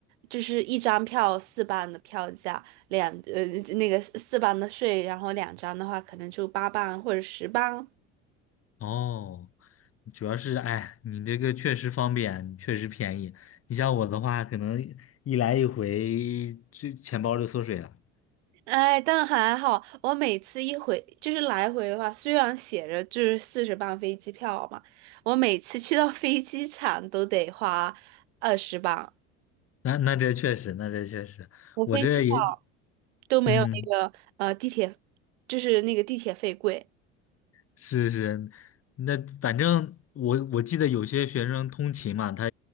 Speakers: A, on the right (about 80°); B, on the left (about 45°).
A: 就是一张票四磅的票价，两呃那个四磅的税，然后两张的话可能就八磅或者十磅。
B: 哦，主要是哎，你这个确实方便，确实便宜。你像我的话，可能一来一回，就钱包就缩水了。
A: 哎，但还好，我每次一回就是来回的话，虽然写着就是四十磅飞机票嘛，我每次去到飞机场都得花二十磅，
B: 那那这确实，那这确实，
A: 我飞机票
B: 我这也
A: 都没有那个呃地铁，
B: 嗯。
A: 就是那个地铁费贵。
B: 是是，那反正我我记得有些学生通勤嘛，他